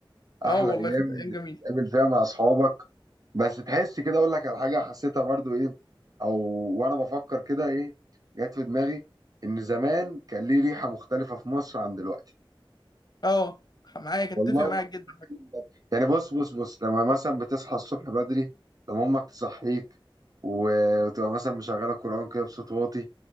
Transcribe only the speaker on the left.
اه
والله
كانت ايام
جميلة
اه معايا كنت
اتفق معاك جدا